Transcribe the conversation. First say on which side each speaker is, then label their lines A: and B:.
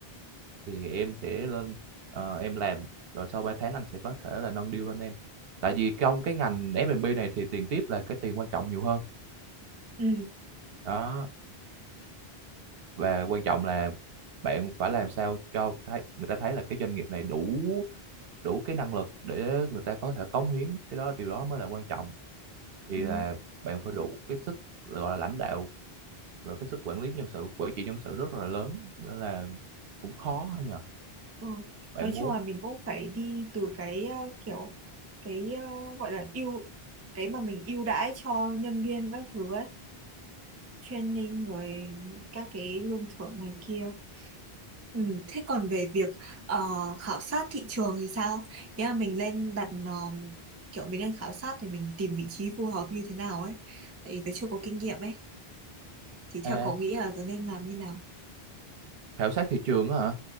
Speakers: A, on the right (about 70°); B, on the right (about 25°).
A: thì em sẽ lên ờ, em làm rồi sau 3 tháng anh sẽ có thể là nâng deal lên em tại vì trong cái ngành F&B này thì tiền tiếp là cái tiền quan trọng nhiều hơn
B: ừ.
A: đó và quan trọng là bạn phải làm sao cho thấy, người ta thấy là cái doanh nghiệp này đủ đủ cái năng lực để người ta có thể cống hiến cái đó điều đó mới là quan trọng thì
B: ừ
A: là bạn phải đủ cái sức gọi là lãnh đạo và cái sức quản lý nhân sự quản trị nhân sự rất là lớn nên là cũng khó nhờ
B: Ừ.
A: bạn
B: Nói
A: muốn
B: chung là mình cũng phải đi từ cái ờ, kiểu cái ờ, gọi là ưu cái mà mình ưu đãi cho nhân viên các thứ ấy training rồi các cái lương thưởng này kia ừ. Thế còn về việc ờ, khảo sát thị trường thì sao? Nghĩa là mình lên đặt ờ, kiểu mình lên khảo sát thì mình tìm vị trí phù hợp như thế nào ấy tại vì tớ chưa có kinh nghiệm ấy thì
A: à,
B: theo cậu nghĩ là tớ nên làm như nào?
A: khảo sát thị trường á hả